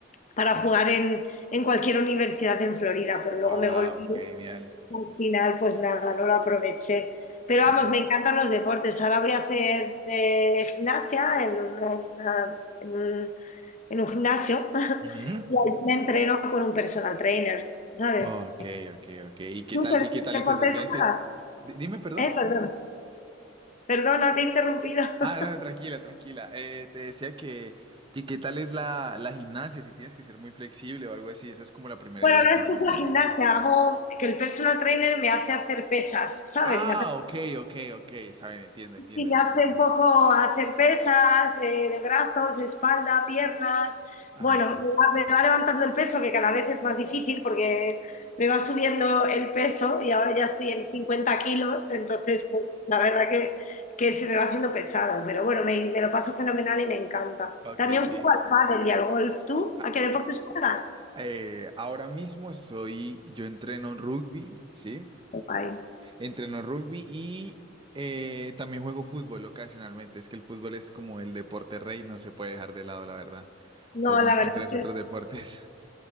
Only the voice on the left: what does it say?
para jugar en, en cualquier universidad en Florida, pero luego
me volví
al final, pues nada, no lo aproveché. Pero vamos,
me encantan los deportes. Ahora voy a hacer eh, gimnasia en, un- en una- en un, en un gimnasio <laughs>
y ahí me entreno con un personal trainer, ¿sabes?
¿Tú
qué
deportes
juegas?
Eh, perdón, perdona, te he interrumpido. <laughs>
Bueno,
no
es
que
sea
gimnasia,
hago que el personal trainer me hace hacer pesas, ¿sabes?
Me hace
Y
hace un poco hacer pesas eh, de brazos, espalda, piernas.
Bueno,
me va, me va levantando el peso, que cada vez es más difícil porque me va subiendo el peso y ahora ya estoy en 50 kilos, entonces pues la verdad que, que se me va haciendo pesado, pero bueno, me, me lo paso fenomenal y me encanta.
También
juego al pádel y al golf. ¿Tú?
¿A qué
deportes juegas?
Guay.
No,
la verdad
es que